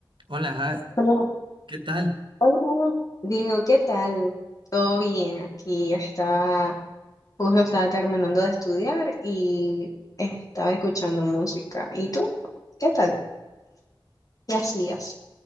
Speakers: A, on the right; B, on the left.
A: Hola, Has,
B: Hola,
A: ¿qué tal?
B: hola, Diego, ¿qué tal? Todo bien, aquí yo estaba, justo estaba terminando de estudiar y estaba escuchando música. ¿Y tú? ¿Qué tal? ¿Qué hacías?